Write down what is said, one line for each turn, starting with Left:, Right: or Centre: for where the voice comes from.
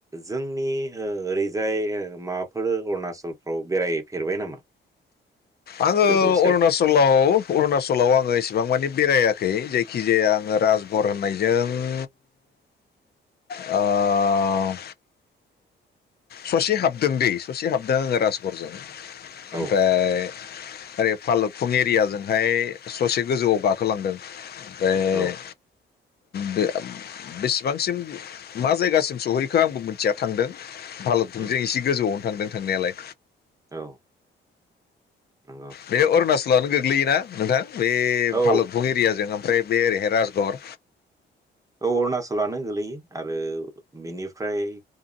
Right: जोंनि ओरैजाय माबाफोरो अरुणाचलफ्राव बेरायफेरबाय नामा?
Left: आङो
Right: गोजौ साइद
Left: अरुणचलाव अरुणचलाव आङो एसे बेसेबां मानि बेरायाखै जायखिजाया आङो राजबर होननायजों ओ ससे हाबदों दै ससे हाबदों आङो राजगरजों ओमफ्राय
Right: औ
Left: ओरै फालुफुं एरियाजोंहाय ससे गोजौआव गाखोलांदों। ओमफ्राय
Right: औ
Left: बे बेसेबांसिम मा जायगासिम सहैखो आंबो मिथिया थांदों। भालुखुंजों
Right: उम
Left: एसे गोजौआवनो थांदों थांनायालाय।
Right: औ नंगौ
Left: बे अरुणाचलावनो गोग्लैयोना नोंथां बे भालुफं
Right: औ
Left: एरियाजों आ ओमफ्राय बेे ओरैहाय रासगर।
Right: औ अरुणाचलानो गोलैयो आरो बिनिफ्राय